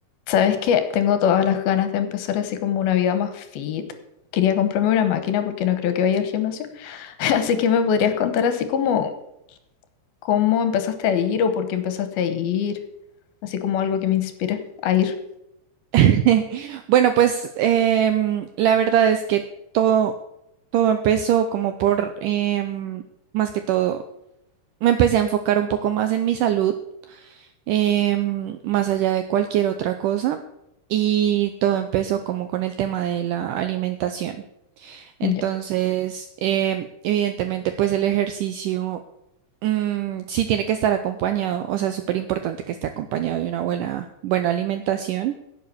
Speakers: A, on the left; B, on the right.
A: Sabes que tengo todas las ganas de empezar así como una vida más fit. Quería comprarme una máquina porque no creo que vaya al gimnasio. <laughs> Así que me podrías contar así como cómo empezaste a ir o por qué empezaste a ir. Así como algo que me inspire a ir.
B: <laughs> Bueno, pues em, la verdad es que todo, todo empezó como por, em, más que todo, me empecé a enfocar un poco más en mi salud, em, más allá de cualquier otra cosa, y todo empezó como con el tema de la alimentación.
A: Ya,
B: Entonces, em, evidentemente, pues el ejercicio mm, sí tiene que estar acompañado, o sea, es súper importante que esté acompañado de una buena, buena alimentación.